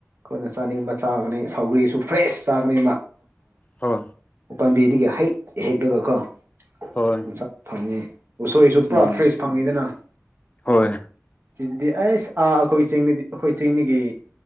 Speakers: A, on the right; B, on the left.
A: ꯑꯩꯈꯣꯏꯅ ꯆꯥꯅꯤꯡꯕ ꯆꯥꯒꯅꯤ ꯁꯧꯒ꯭ꯔꯤꯁꯨ ꯐ꯭ꯔꯦꯁ ꯆꯥꯒꯅꯤ
B: ꯍꯣꯏ
A: ꯄꯥꯝꯕꯤꯗꯒꯤ ꯍꯦꯛ ꯍꯦꯛꯂꯒꯀꯣ
B: ꯍꯣꯏ
A: ꯑꯗꯨꯝꯆꯠ ꯐꯪꯉꯤ ꯎꯁꯣꯏꯁꯨ ꯄꯨꯔꯥ
B: ꯎꯝ
A: ꯐ꯭ꯔꯦꯁ ꯐꯪꯉꯤꯗꯅ
B: ꯍꯣꯏ
A: ꯁꯤꯗꯗꯤ ꯑꯩꯁ ꯑꯥ ꯑꯩꯈꯣꯏ ꯆꯤꯡꯅꯗꯤ ꯑꯩꯈꯣꯏ ꯆꯤꯡꯅꯤꯒꯤ